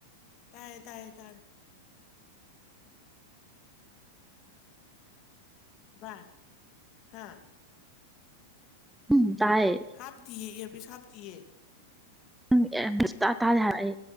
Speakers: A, on the left (about 45°); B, in the centre.
A: ꯇꯥꯏꯌꯦ - ꯇꯥꯏꯌꯦ ꯇꯥꯔꯦ꯫ ꯚꯥꯏ ꯍꯥꯥ?
B: ꯎꯝ ꯇꯥꯏꯌꯦ
A: ꯍꯥꯞ ꯇꯌꯦ ꯏꯌꯔ ꯄꯤꯁ ꯍꯥꯞ ꯇꯤꯌꯦ
B: <unintelligible>